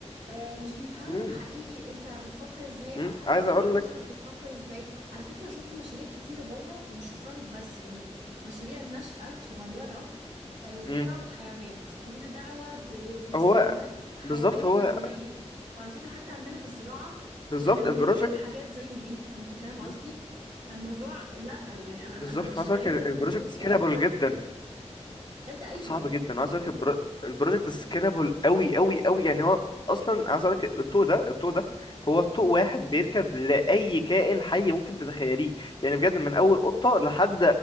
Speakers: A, on the right; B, on the left.
A: آه، مش بيفهموا
B: امم
A: حقيقي انت بتفكر ازاي او
B: امم
A: حتى
B: عايز
A: وجهة
B: اقول لك
A: نظرك بتفكر ازاي على فكرة انا شفت مشاريع كتيرة بره مش تخرج بس يعني مشاريع نشأة صغيرة آه، ليها
B: امم
A: دعوة بالحيوانات ليها دعوة ب- باستخدامات
B: هو
A: حياتية
B: بالظبط هو
A: يومية وعلى فكرة حتى عندنا في الزراعة
B: بالظبط
A: احنا بنحتاج
B: البروجكت
A: حاجات زي دي انت فاهم قصدي
B: مم.
A: فالموضوع لا يعني انا
B: بالظبط
A: انا مش
B: حصل
A: مؤيدة الدكتور
B: البروجكت
A: خالص
B: سكيلابل جدا
A: بجد ايوه
B: صعب جدا وعايز اقول لك البروجكت سكيلابل قوي قوي قوي يعني هو اصلا عايز اقول لك الطوق ده الطوق ده هو طوق واحد بيركب لاي كائن حي ممكن تتخيليه يعني بجد من اول قطه لحد